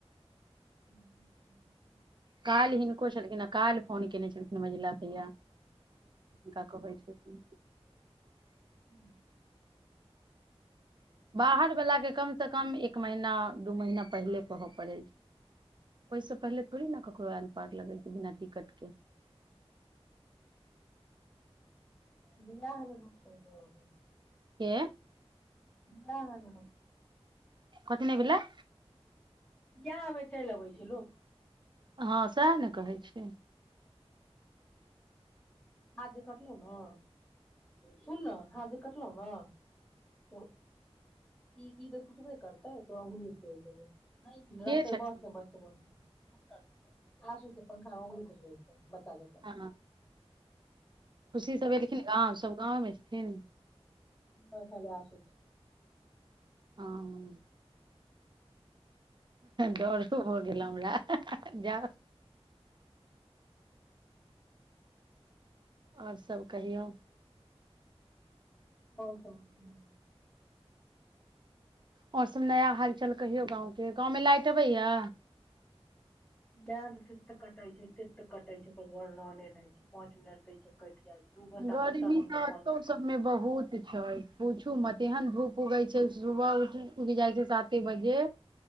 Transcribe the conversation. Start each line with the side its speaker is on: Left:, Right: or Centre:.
Centre: हूँ हूँ हूँ
Right: काल हिनको छल्किन आ काल फोन केने छलखिन मझीला भईया हुनका कहै छतीन
Centre: <unintelligible>
Right: बाहर वलाके कम स कम एक महीना दू महीना पहिले कहय पड़ै छै ओहिसे पहिले थोड़े ने ककरो आयल पार लगै छै बिना टिकट के
Centre: बिआमे नकसै लबै <unintelligible>
Right: के
Centre: नई
Right: कथि नइ भेलै
Centre: बीयाह में चइल अबै छै लोक
Right: हँ सेहा ने कहै छिय
Centre: हाथ जे कटलउ ने सुन ने हाथ जे कटलउ ने त ई ई त टुटबे करतौ ई तोहर अंगलीयो तोइर दैबौ नइ
Right: के
Centre: रहतै
Right: छथिन
Centre: बस मे बसतै बस मे आसु छै पंखा में औगरी घुसबय छै बच्चा जकाँ
Right: ह खुशी सभ एलखिन गाँव सभ गाँवमे छथिन
Centre: नई खाली आशु
Right: हँ डर हो भअ गेलौ हमरा जा आओर सभ कहियौ
Centre: आओर सब बढ़िया अछि
Right: आओर सब नया हालचाल कहियौ गाँवके गाँवमे लाइट अबैया
Centre: लाइन त तत कटै छै कटा छै ओकर तत कटै छै ओकर वर्णने छै पाँच मिनट द छै जाइ छै दू घंटा
Right: गर्मी
Centre: कटल रहल
Right: तऽ
Centre: पाँच
Right: एतो सबमे बहुत छै पूछू म तेहन धूप उगै छै सुबह उठ उग जाइ छै साते बजे